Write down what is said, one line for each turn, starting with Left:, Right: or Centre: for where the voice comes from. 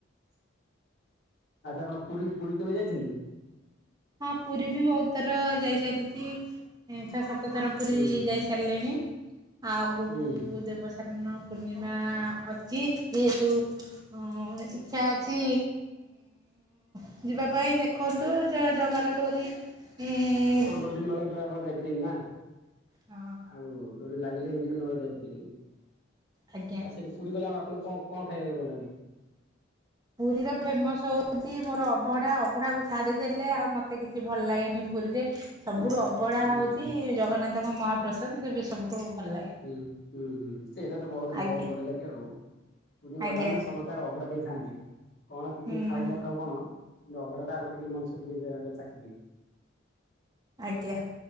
Left: ଆପଣ ପୁରୀ ପୁରୀ କେବେ ଯାଇଛନ୍ତି?
Right: ହଁ ପୁରୀ ବି ବହୁତ ତର ଯାଇ ସାରିଚି। ଏଁ ଛଅ ସାତ ଥର ପୁରୀ
Left: ହୁଁ
Right: ଯାଇ ସାରଲେଣି। ଆଗୁକୁ
Left: ହୁଁ।
Right: ଦେବ ହାନ ପୂର୍ଣିମା ଅ ଚି ଯେହେତୁ ଉଁ ଇଚ୍ଛା ଅଛି ଇଁ ଯିବା ପାଇଁ ଦେଖନ୍ତୁ ଜ ଜଗାର ଡୋରି ଇଁ
Left: ଅଦି ନ ଲାଗିଥିଲା। ନ ଯାଇ ପାରି ନା।
Right: ହଁ।
Left: ଆଉ ଡୋରି ଲାଗିଲେ ହିଁ ଯିବି ନହେଲେ ଯାଇ ପାରିବିନି।
Right: ଆଜ୍ଞା।
Left: ଆ ସେଠୁ ପୁରୀ ଗଲେ ଆଉ ଆପଣୁ କଁ କଣ ଖାଇବା ପାଇଁ ଭଲ ଲାଗେ?
Right: ପୁରୀରେ ଫେମସ ହଉଚି ମୋର ଅଭଡ଼ା। ଅଭଡ଼ାକୁ ଛାଡ଼ିଦେଲେ ଆଉ ମତେ କିଛି ଭଲ୍ ଲାଗେନେଇ ପୁରୀରେ। ସବୁଠୁ
Left: ହୁଁ
Right: ଅବଢ଼ା
Left: ହୁଁ
Right: ହଉଚି
Left: ହୁଁ
Right: ଜଗନ୍ନାଥଙ୍କ ମହାପ୍ରସାଦ। ମୋତେ ବି ସବୁଠୁ ଭଲ ଲାଗେ।
Left: ହୁଁ ହୁଁ ହୁଁ ସେଇଟା ତ ବହୁତ ବହୁତ
Right: ଆଜ୍ଞା
Left: ବଢ଼ିଆ ଲାଗିଅ ଆଉ। ପୁରୀ ଗଲା
Right: ଆଜ୍ଞା
Left: ମାନେ ସମ ତାଗ ଅଭଡ଼ା ଟିକେ ଖାଆନ୍ତି କଣ କି
Right: ହୁଁ।
Left: କେ ଖାଉ ନ ଖାଉ କଣ ଅଭଡ଼ାଟା ଆଗ ଟିକେ ମଣିଷ ଟିକେ ଯେ ଆଗ ଚାଖିଦିଏ।
Right: ଆଜ୍ଞା।